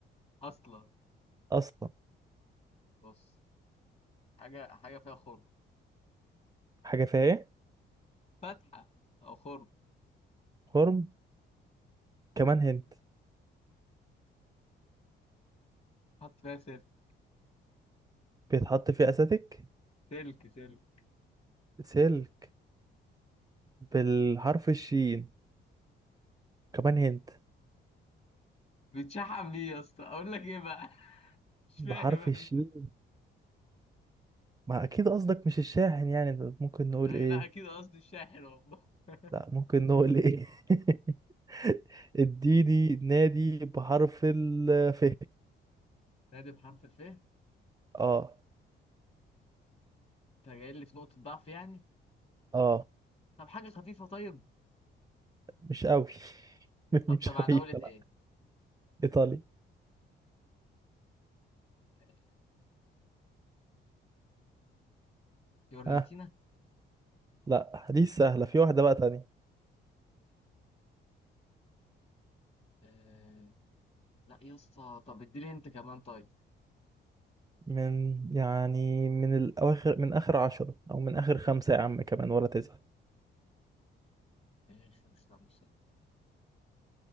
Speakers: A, on the left; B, on the right.
A: اصلا
B: اصلا
A: بص حاجه حاجه فيها خرم
B: حاجه فيها ايه
A: فتحه او خرم
B: هرم كمان هنت
A: حط فيها سلك
B: بيتحط فيه اساتيك
A: سلك سلك
B: سلك بالحرف الشين كمان هنت
A: بتشحن بيه يا اسطى اقول لك ايه بقى <laughs> مش
B: بحرف
A: فاهم
B: الشين
A: انا
B: ما اكيد قصدك مش الشاحن يعني ده ممكن
A: <laughs>
B: نقول
A: لا
B: ايه
A: اكيد قصدي الشاحن والله <laughs>
B: لا ممكن نقول ايه <laughs> اديني نادي بحرف الف
A: نادي بحرف الف انت
B: اه
A: جاي لي في نقطه ضعف يعني
B: اه
A: طب حاجه خفيفه طيب
B: مش قوي <laughs>
A: طب
B: مش
A: تبع
B: خفيفة
A: دوله
B: لا
A: ايه
B: ايطالي
A: آه، فيورنتينا
B: اه لا دي سهلة في واحدة بقى تانية
A: آه، لا يا اسطى طب اديني انت كمان طيب
B: من يعني من الاواخر من اخر عشرة او من اخر خمسة يا عم كمان ولا تزعل
A: ايه خمس لا مش هنا.